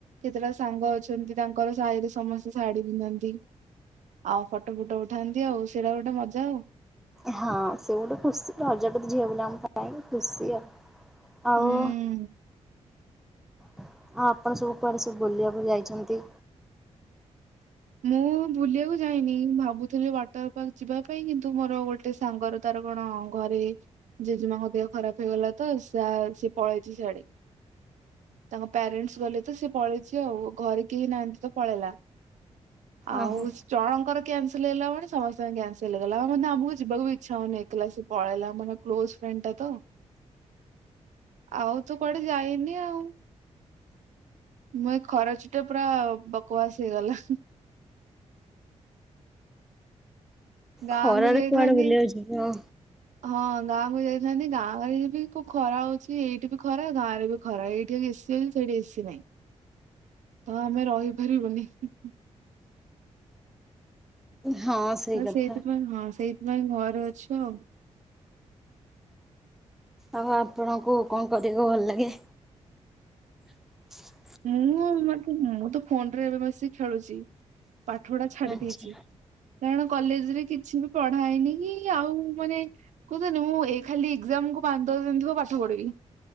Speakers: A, on the right; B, in the centre.
A: କେତେଟା ସାଙ୍ଗ ଅଛନ୍ତି ତାଙ୍କର ସାହିରେ ସମସ୍ତେ ଶାଢୀ ପିନ୍ଧନ୍ତି ଆଉ ଫଟୋ ଫୁଟୋ ଉଠାନ୍ତି ଆଉ ସେଇଟା ଗୋଟେ ମଜା ଆଉ।
B: ହଁ ସେ ଗୋଟେ ଖୁସି ରଜଟ ତ ଝିଅ ବୋଲି ଆମ ପାଇଁ ଖୁସି ଆଉ। ଆଉ।
A: ହୁଁ।
B: ଆଁ ଆପଣ ସବୁ କୁଆଡେ ସବୁ ବୁଲିବାକୁ ଯାଇଛନ୍ତି।
A: ମୁଁ ବୁଲିବାକୁ ଯାଇନି ଭାବୁଥିଲି ୱାଟର ପାର୍କ ଯିବା ପାଇଁ କିନ୍ତୁ ମୋର ଗୋଟେ ସାଙ୍ଗର ତାର କଣ ଘରେ ଜେଜେମାଙ୍କ ଦେହ ଖରାପ ହେଇଗଲା ତ ସେ ପଳେଇଛି ସିଆଡେ ତାଙ୍କ ପ୍ୟାରେଣ୍ଟସ୍ ଗଲେ ତ ସେ ପଳେଇଛି ଆଉ ଘରେ କେହି ନାହାନ୍ତି ତ ପଳେଇଲା। ଆଉ
B: ଓହୋ
A: ଜଣଙ୍କର କ୍ୟାନସଲ ହେଲା ମାନେ ସମସ୍ତଙ୍କର କ୍ୟାନସଲ ହେଇଗଲା ଆଉ ଆମକୁ ଯିବାକୁ ଇଚ୍ଛା ହଉନି। ଥିଲା ସେ ପଳେଇଲା ମାନେ କ୍ଲୋଜ ଫ୍ରେଣ୍ଡ ଟା ତ ଆଉ ତ କୁଆଡେ ଯାଇନି ଆଉ ମ ଖରା ଛୁଟି ଟା ପୁରା ବକବାସ ହେଇଗଲା। ଗାଁକୁ
B: ଖରାରେ
A: ଯାଇଥାନ୍ତି
B: କୁଆଡେ ବୁଲି ବାକୁ ଜୀବ।
A: ହଁ ଗାଁକୁ ଯାଇଥାନ୍ତି ଗାଁ ଗାଳିରେ ବି କୋଉ ଖରା ହଉଛି, ଏଇଠି ବି ଖରା ଗାଁ ରେ ବି ଖରା, ଏଇଠି ଏସି ଅଛି ସେଇଠି ଏସିି ନାହି। ତ ଆମେ ରହି <unintelligible>
B: ହଁ ସେଇ
A: ହ
B: କଥା
A: ସେଇଥିପାଇଁ ହଁ ସେଇ ନାଇଁ ଘରେ ଅଛ।
B: ଆଉ ଆପଣଙ୍କୁ କଣ କରିବାକୁ ଭଲ ଲାଗେ? <unintelligible>
A: ମୁଁ ମେ ମୁଁ ତ ଫୋନରେ ଏବେ ବସିକି ଖେଳୁଛି। ପାଠପଢା ଛାଡିଦେଇଛି
B: ଆଚ୍ଛା।
A: କାରଣ କଲେଜରେ କିଛି ବି ପଢା ହେଇନି। କି ଆଉ ମାନେ କୁହୁଛନ୍ତି ମୁଁ ଏଇ ଖାଲି ଏକ୍ଜାମକୁ ପାଞ୍ଚଦଶ ଦିନ ଥିବ ପାଠପଢିବି।